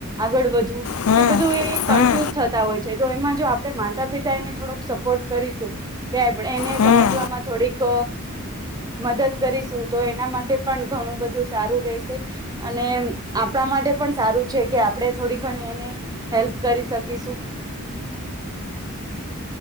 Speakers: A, on the right; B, on the left.
A: આગળ વધવું
B: હમ
A: એ બધું એ
B: હમ
A: કન્ફ્યુઝ થતા હોય છે તો એમાં જો આપડણે માતા પિતા એને થોડોક સપોર્ટ કરીશું કે આપ એને
B: હમ
A: સમજવામાં થોડીક મદદ કરીશું તો એના માટે પણ ણું બધું સારું રહેશે અને આપણા માટે પણ સારું છે કે આપણે થોડી ઘણી હ કરી